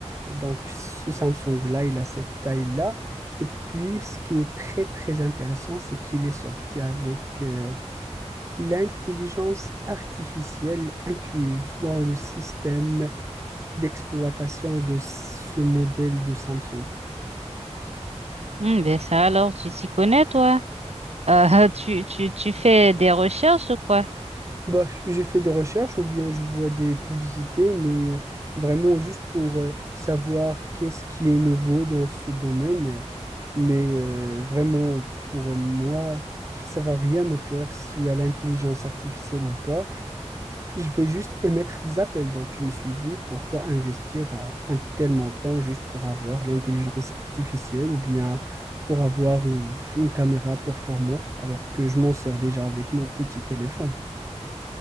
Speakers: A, on the right (about 25°); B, on the right (about 65°).
A: Donc, ce Samsung-là, il a cette taille-là. Et puis, ce qui est très, très intéressant, c'est qu'il est sorti avec euh, l'intelligence artificielle incluse dans le système d'exploitation de ce modèle de Samsung.
B: Hmm, ben ça, alors, tu t'y connais, toi? Euh, <laughs> tu, tu, tu fais des recherches ou quoi?
A: Bah, j'ai fait des recherches ou bien je vois des publicités, mais euh, vraiment juste pour euh, savoir qu'est-ce qui est nouveau dans ce domaine. euh, Mais euh, vraiment, pour moi, ça va rien me faire s'il y a l'intelligence artificielle ou pas. Je vais juste émettre des appels. Donc, je me suis dit, pourquoi investir euh, un tel montant juste pour avoir l'intelligence artificielle ou bien pour avoir euh, une caméra performante alors que je m'en sers déjà avec mon petit téléphone.